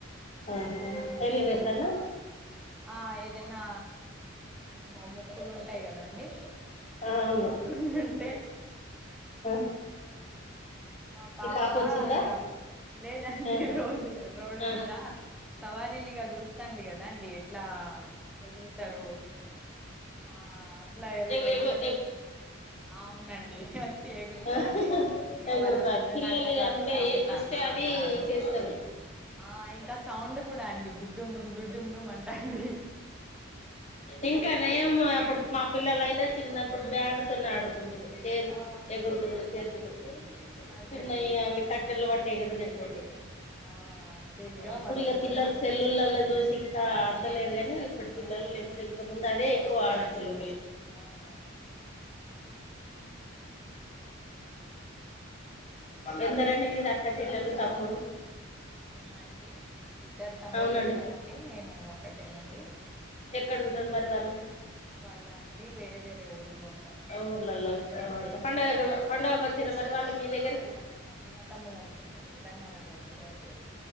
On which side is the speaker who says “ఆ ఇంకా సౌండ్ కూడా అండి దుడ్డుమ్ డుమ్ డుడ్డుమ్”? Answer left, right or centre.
Centre